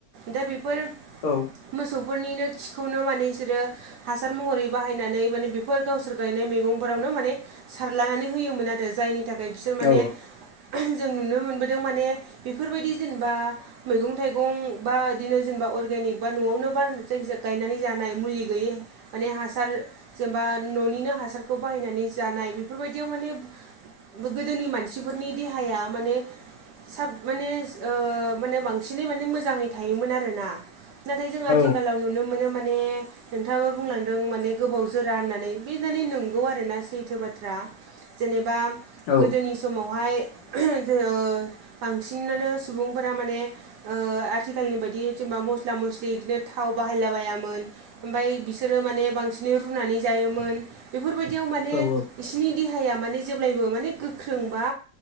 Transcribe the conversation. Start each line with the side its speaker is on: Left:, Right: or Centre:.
Right: दा बेफोरो।
Left: औ
Right: मोसौफोरनिनो खिखौनो माने इसोरो हासार महरै बाहायनानै। माने बेफोर गावसोर गायनाय मैगंफोरावनो माने सारलानानै होयोमोन आरो जायनि थाखाय बिसोर माने।
Left: औ
Right: जों नुनो मोनबोदों माने बेफोरबायदि जेनेबा। मैगं थाइगं बा बिदिनो जेनेबा अर्गेनिक बा न'आवनो बा जायखिजाया गायनानै जानाय मुलि गैयै। माने हासार जेनेबा न'निनो हासारखौ बाहायनानै जानाय बेफोरबायदियाव माने। गोदोनि मानसिफोरनि देहाया माने। साब माने ओ माने बांसिनै माने मोजाङै थायोमोन आरोना। नाथाय जों
Left: औ
Right: आथिखालाव नुनो मोनो माने। नोंथाङाबो बुंलांदों माने गोबाव जोरा होननानै बे माने नों नंगौ आरोना सैथो बाथ्रा जेनेबा
Left: औ
Right: गोदोनि समावहाय जोङो बांसिनानो सुबुंफोरा माने ओ आथिखालनि बायदि जेनेबा मस्ला मस्लि बिदिनो थाव बाहायलाबायामोन। ओमफ्राय बिसोरो माने बांसिनै रुनानै जायोमोन। बेफोरबायदियाव माने
Left: औ
Right: बिसोरनि देहाया माने जेब्लायबो माने गोख्रों बा